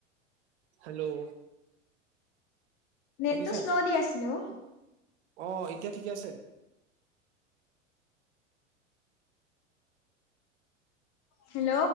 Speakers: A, on the right; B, on the left.
A: হেল্ল'
B: নেটটো
A: শুনিছা
B: শ্ল' দি আছিলে ও
A: অ এতিয়া ঠিকে আছে
B: হেল্ল'